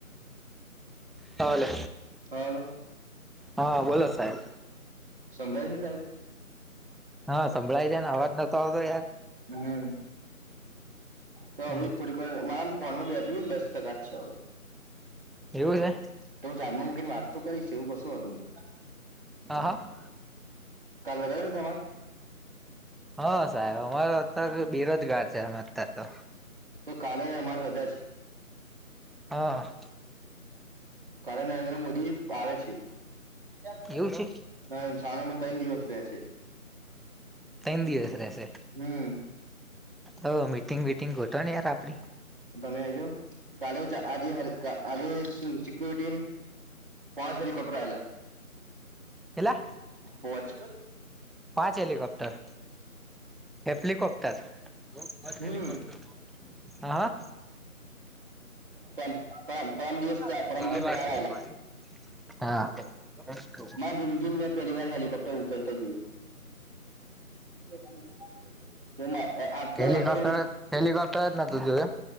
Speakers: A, on the right; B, in the centre.
A: <inaudible>
B: હલો
A: હલો
B: હા બોલો સાહેબ
A: સમડાય છે સાહેબ
B: હા સંભળાઈ છેને અવાજ નતો આવતો યાર
A: હમ તો
B: હમ
A: હવે થોડી કઇ મારા ફોનમાં બેટરીને દસ ટકા જ છે
B: એવું છેે
A: તો હું ચાર્જમાં મૂકીને વાતતો કરીશ એવું કશો વાંધો નહી
B: હા હા
A: કાલે રજા છે તમાર
B: હા સાહેબ અમારો અત્યારે બેરોજગાર છે અમે અત્યાર તો
A: તો કાલે અમારે રજા છે
B: હા
A: કાલે નરેન્દ્ર મોદી આવે છે <inaudible>
B: એવું છે
A: અને સાણંદ માં ત્રણ દિવસ રહે છે
B: ત્ર દિવસ રહેશે
A: હમ
B: તો મીટિંગ વિટિંગ ગોતો ને યાર આપડી
A: તમે આઈ જાવ કાલે <inaudible> આજે આજે સિકુરિટી પાંચે હેલિકોપ્ટર આવેલા
B: કેટલા
A: પોંચ
B: પાંચ હેલિકોપ્ટર હેપલિકોપ્ટર
A: હમ
B: <inaudible> હા
A: પરમ પરમ દિવસ ચાર પરમ
B: હા
A: દિવસ ચાર આવેલા
B: <inaudible> હા <inaudible>
A: મારી જિંદગીમાં મેં પહેલી વાર હેલિકોપ્ટર ઉતરતા જોયું <inaudible> જો મારે તો આજે તો
B: હેલિકોપ્ટર
A: આખો દાડો
B: હેલિકોપ્ટર જ નહોતું જોયુ એમ